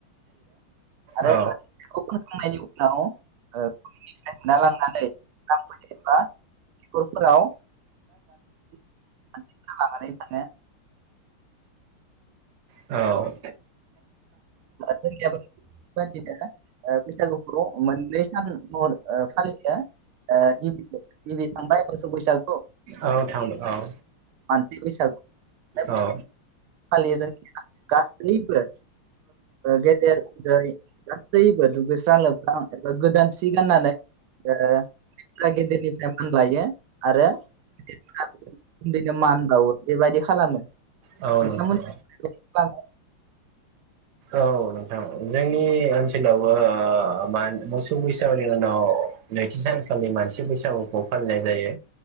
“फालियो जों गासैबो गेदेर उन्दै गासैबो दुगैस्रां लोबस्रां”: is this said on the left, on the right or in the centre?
Right